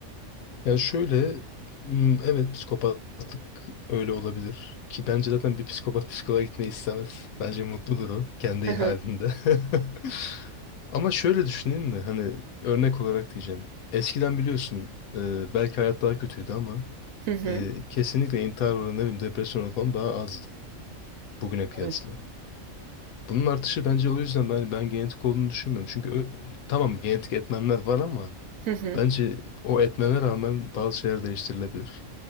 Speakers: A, on the left (about 85°); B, on the right (about 75°).
A: Yani şöyle, m, evet psikopatlık öyle olabilir ki bence zaten bir psikopat psikoloğa gitmeyi istemez. Bence mutludur o kendi
B: Hı hı.
A: halinde. <laughs> Ama şöyle düşüneyim mi? Hani örnek olarak diyeceğim. Eskiden biliyorsun e, belki hayat daha kötüydü ama
B: Hı hı.
A: e, kesinlikle intihar oranı ne bileyim, depresyon oranı falan daha azdı bugüne kıyasla.
B: Evet.
A: Bunun artışı bence o yüzden ben ben genetik olduğunu düşünmüyorum. Çünkü ö- tamam genetik etmenler var ama
B: Hı hı.
A: Bence o etmene rağmen bazı şeyler değiştirilebilir.